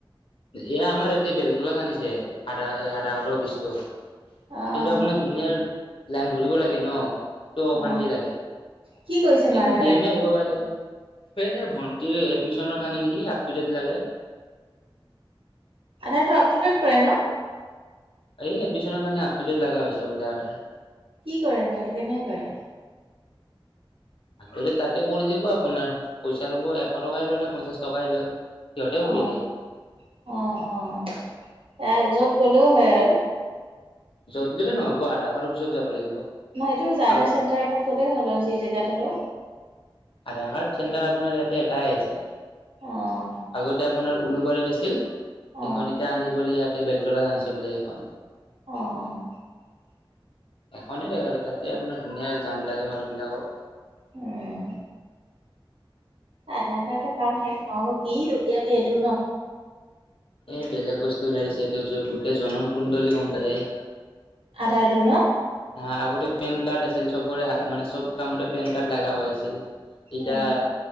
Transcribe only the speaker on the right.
অ
অ',
কি কৰিছেনো
আধাৰ
কাৰ্ডটো?
আটো আপ টু ডেট কৰে ন?
কি কৰেনো এইটো কেনেক কৰে
অ',
অ', অ', এ য'ত গ'লেও হয় আৰু
নাইটো জাধাৰ
চেণ্টাৰ এটাত গ'লেই হ'ল আৰু যি জেগাত হলেও
অ',
অ'।
অ',
উম, আধাৰ কাৰ্ডৰ কাম শেষ নহব কি উলিয়ালে এইটো ন
আধাৰ টু ন
অ',